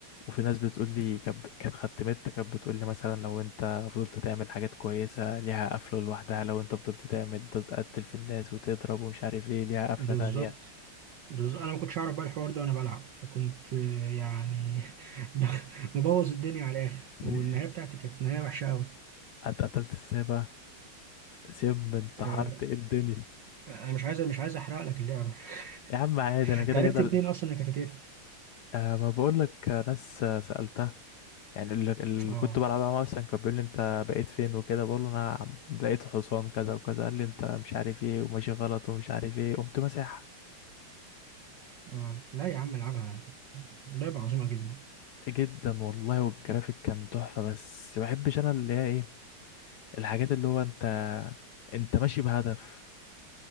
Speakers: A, on the left; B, on the right.
A: وفي ناس بتقول لي كانت كانت خدمتها كانت بتقول لي مثلا لو انت فضلت تعمل حاجات كويسه ليها قفله لوحدها لو انت فضلت تعمل تقتل في الناس وتضرب ومش عارف ايه ليها قفله
B: بالظبط
A: تانية
B: بالظبط انا ما كنتش اعرف بقى الحوار ده وانا بلعب فكنت آه، يعني <laughs> مبوظ الدنيا على الاخر
A: <laughs>
B: والنهايه بتاعتي كانت نهايه وحشه قوي
A: اتقتلت ازاي بقى سم انتحرت
B: آه،
A: ايه الدنيا
B: انا مش عايز مش عايز احرق لك اللعبه
A: يا عم عادي
B: <laughs>
A: انا
B: انت
A: كده
B: عرفت
A: كده
B: منين اصلا انك هتتقتل
A: أه ما بقولك آه، ناس آه، سألتها يعني اللي اللي
B: اه
A: كنت بلعبها معاه أصلا كان بيقول لي أنت بقيت فين وكده بقول له أنا عم- لقيت حصان كذا وكذا قال لي أنت مش عارف إيه وماشي غلط ومش عارف إيه قمت مساحة
B: اه لا يا عم العبها لعبه عظيمه جدا
A: جدا والله والجرافيك كان تحفة بس ما بحبش أنا اللي هي إيه الحاجات اللي هو أنت أنت ماشي بهدف